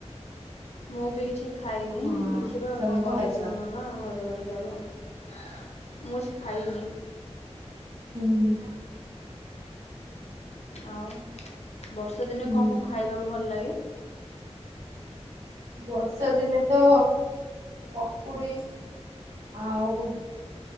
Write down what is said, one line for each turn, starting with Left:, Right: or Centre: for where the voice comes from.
Left: ମୁଁ ବି କିଛି ଖାଇନି
Right: ହଁ
Left: ଦେଖିବା
Right: ତମେ
Left: କଣ ବନେଇଥିବ
Right: ଖାଇଥିଲ?
Left: ମାମା ଘରେ ଗଲେ ଖାଇବା। ମୁଁ କିଛି ଖାଇନି।
Right: ଉଁ ହୁଁ।
Left: ଆଉ ବର୍ଷା ଦିନେ
Right: ହୁଁ
Left: କଣ କଣ ଖାଇବାକୁ ଭଲ ଲାଗେ?
Right: ବର୍ଷା ଦିନେତ ପକୁଡ଼ି। ଆଉ